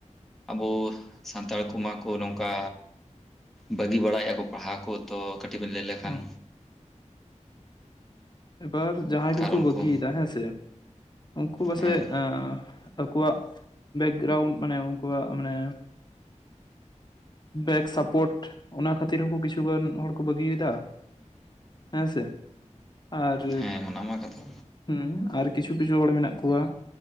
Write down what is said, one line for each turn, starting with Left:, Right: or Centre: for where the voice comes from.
Centre: ᱟᱵᱚ ᱥᱟᱱᱛᱟᱲ ᱠᱚᱢᱟ ᱠᱚ ᱱᱚᱝᱠᱟ ᱵᱟᱹᱜᱤ ᱵᱟᱲᱟᱭᱮᱫᱼᱟ ᱠᱚ ᱯᱟᱲᱦᱟᱣ ᱠᱚ ᱛᱚ ᱠᱟᱹᱴᱤᱡ ᱵᱮᱱ ᱞᱟᱹᱭ ᱞᱮᱠᱷᱟᱱ᱾
Left: ᱟᱢ ᱮᱵᱟᱨ ᱡᱟᱦᱟᱸᱭ ᱠᱚᱠᱚ
Centre: ᱠᱟᱨᱚᱱ
Left: ᱵᱟᱹᱜᱤᱭᱮᱫᱟ
Centre: ᱠᱚ
Left: ᱦᱮᱸ ᱥᱮ ᱩᱱᱠᱩ ᱯᱟᱥᱮᱡ
Centre: ᱦᱮᱸ
Left: ᱟᱹ ᱩᱱᱠᱩᱣᱟᱜ ᱵᱮᱠᱜᱨᱟᱣᱩᱱᱰ ᱢᱟᱱᱮ ᱩᱱᱠᱩᱣᱟᱜ ᱢᱟᱱᱮ ᱵᱮᱠ ᱥᱟᱯᱳᱨᱴ ᱚᱱᱟ ᱠᱷᱟᱹᱛᱤᱨ ᱦᱚᱸᱠᱚ ᱠᱤᱪᱷᱩᱜᱟᱱ ᱦᱚᱲᱠᱚ ᱵᱟᱹᱜᱤᱭᱮᱫᱟ ᱾ ᱦᱮᱸ ᱥᱮ ᱟᱨ
Centre: ᱦᱮᱸ ᱚᱱᱟ ᱢᱟ ᱠᱟᱛᱷᱟ
Left: ᱦᱩᱸ ᱟᱨ ᱠᱤᱪᱷᱩ-ᱠᱤᱪᱷᱩ ᱦᱚᱲ ᱢᱮᱱᱟᱜ ᱠᱚᱣᱟ